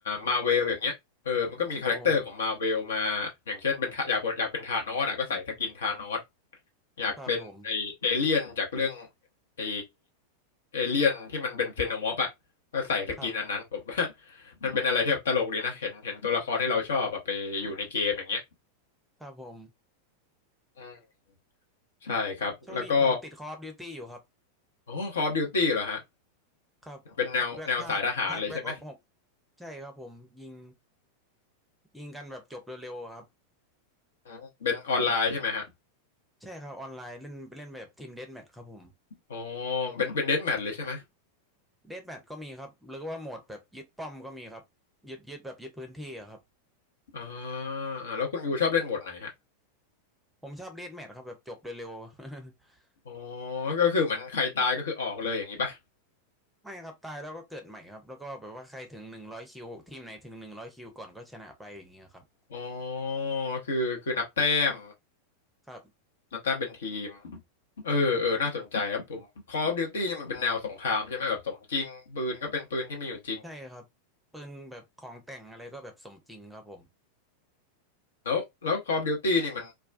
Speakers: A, on the left; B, in the centre.
A: มาเวลอย่างเงี้ยเออมันก็มีคาแรคเตอร์ของมาเวลมาอย่างเช่นเป็นทะอยากอยากเป็นธานอสอ่ะก็ใส่สกินธานอส
B: โอ้
A: อยากเป็นไอเอเลี่ยนจากเรื่อง
B: ครับผม
A: ไอเอเลี่ยนที่มันเป็นเซโนมอร์ฟอ่ะก็ใส่สกินอันนั้นผม
B: ครับ
A: <laughs> ว่า <laughs> มันเป็นอะไรที่แบบตลกดีนะเห็นเห็นตัวละครที่เราชอบอะไปอยู่ในเกมอย่างเงี้ย
B: ครับผม
A: อืมใช่ครับแล้วก็
B: ช่วงนี้ผมติด Call of Duty อยู่ครับ
A: ออ Call of Duty เหรอฮะ
B: ครับ
A: เป็นแนวแนวสายทหารเลยใช่ไหม
B: แบกภาคภาคแบ็กออฟหกใช่ครับผมยิงยิงกันแบบจบเร็วๆอะครับ
A: อืมเป็นออนไลน์ใช่ไหมฮะ
B: ใช่ครับออนไลน์เล่นเล่นแบบทีมเดธแมทครับผม
A: อ๋อเป็นเป็นเดธแมทเลยใช่ไหม
B: เดธแมทก็มีครับหรือว่าโหมดแบบยึดป้อมก็มีครับยึดยึดแบบยึดพื้นที่อะครับ
A: อ่าอ่าแล้วคุณยูชอบเล่นโหมดไหนฮะ
B: ผมชอบเดธแมทครับแบบจบเร็วๆ
A: อ๋อก็คือเหมือนใครตายก็คือออกเลยอย่างนี้ป่ะ
B: <laughs> ไม่ครับตายแล้วก็เกิดใหม่ครับแล้วก็แบบว่าใครถึงหนึ่งร้อยคิวทีมไหนถึงหนึ่งร้อยคิวก่อนก็ชนะไปอย่างเงี้ยครับ
A: อ๋อคือคือนับแต้ม
B: ครับ
A: นับแต้มเป็นทีมเออเออน่าสนใจครับผม Call of Duty เนี่ยมันเป็นแนวสงครามใช่ไหมแบบสมจริงปืนก็เป็นปืนที่มีอยู่จริง
B: ใช่ครับปืนแบบของแต่งอะไรก็แบบสมจริงครับผม
A: แล้วแล้ว Call of Duty นี่มัน